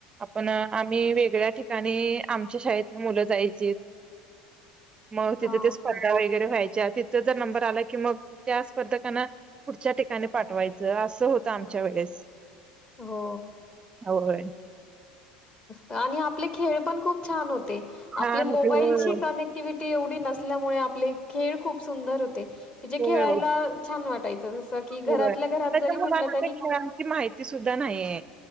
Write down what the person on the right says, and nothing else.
आपण आम्ही वेगळ्या ठिकाणी आमच्या शाळेतन मुलं जायची
मग
तिथे ते स्पर्धा वगैरे व्हायची त्या तिथं जर नंबर आला की मग त्या स्पर्धकाना पुढच्या ठिकाणी पाठवायचं असं होतं आमच्या वेळेस
होय
छान
होते
होय
होय
होय आताच्या
मुलांना
त्या खेळांची माहिती सुद्धा नाहीये